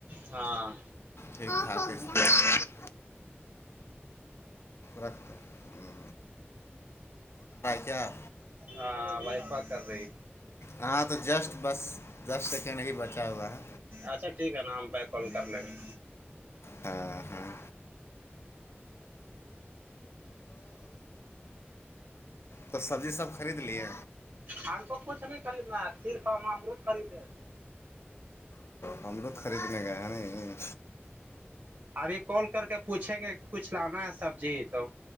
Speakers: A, on the right (about 55°); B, on the left (about 80°).
A: ہاں
B: ٹھیکٹھاک اسپس رکھتے ہے کیا
A: ہاں وائفا کر رہی
B: ہاں تو جسٹ بس دس سیکنڈ ہی بچا ہوا ہے
A: اچھا ٹھیک ہے نا ہم پ کال کر لیں گے
B: ہاں ہاں تو سبزی سب خرید لیے
A: ہم تو کچھ نہیں خریدنا ہے صرپامروود خریدے
B: ہم لو تو خریدنے گئے ہیں ن
A: ابھی کال کر کے پوچھیں گے کچھ لانا ہے سبزی تو